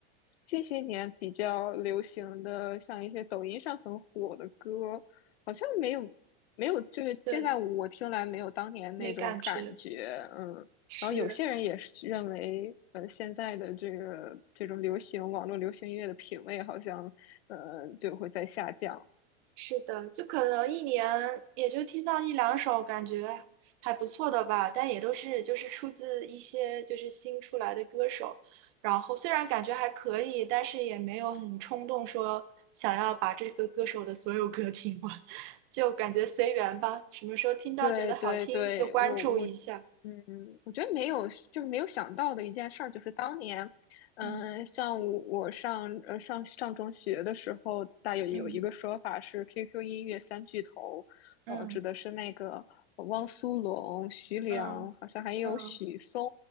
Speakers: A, on the left; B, on the right.
A: 近些年比较流行的，像一些抖音上很火的歌，好像没有没有，就是现在我听来没有当年那种感觉，
B: 对。没感觉，
A: 嗯。
B: 是
A: 然后有些人也是认为，呃，现在的这个这种流行网络流行音乐的品味好像，呃，就会在下降。
B: 是的，就可能一年也就听到一两首，感觉还不错的吧，但也都是就是出自一些就是新出来的歌手，然后虽然感觉还可以，但是也没有很冲动说想要把这个歌手的所有歌听完，<laughs> 就感觉随缘吧，什么时候听到觉得好听就关注一下，
A: 对对对，我我嗯，我觉得没有，就是没有想到的一件事儿，就是当年，嗯、
B: 嗯
A: 像我我上呃上上中学的时候，大有有一个说法是
B: 嗯
A: QQ 音乐三巨头，
B: 嗯
A: 呃，指的是那个呃汪苏泷、徐良，
B: 嗯
A: 好像还有许嵩，
B: 嗯